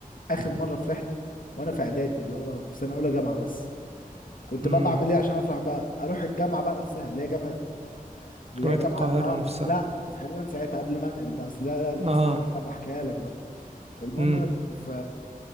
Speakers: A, on the left; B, on the right.
A: اخر مره فرحت وانا في اعدادي اللي هو في سنه اولى جامعه بس كنت
B: امم
A: بقى بعمل ايه عشان افرح بقى اروح الجامعه بقى نفسها اللي هي جامعه اللي
B: جامعة
A: هي الجامعه
B: القاهرة
A: اه
B: نفسها
A: لا كنت في حلوان ساعتها قبل ما انقل بقى أصل لا لا دي
B: اه
A: قصه بحكيها لك بقى المهم
B: امم
A: انا كنت في